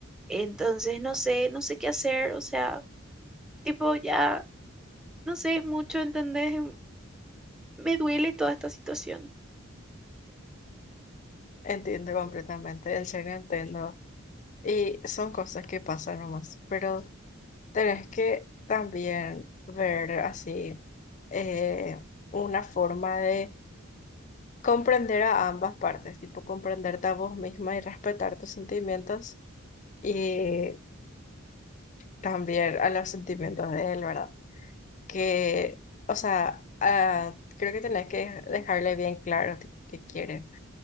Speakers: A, in the centre; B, on the left.
A: Entonces, no sé, no sé qué hacer, o sea, tipo ya, no sé, es mucho, ¿entendés? me duele toda esta situación.
B: Entiendo completamente, en serio entiendo. Y son cosas que pasan nomás, pero tenés que también ver así eh, una forma de comprender a ambas partes, tipo comprenderte a vos misma y respetar tus sentimientos y también a los sentimientos de él, ¿verdad? que, o sea, ah, creo que tenés que dejarle bien claro tipo, qué quiere.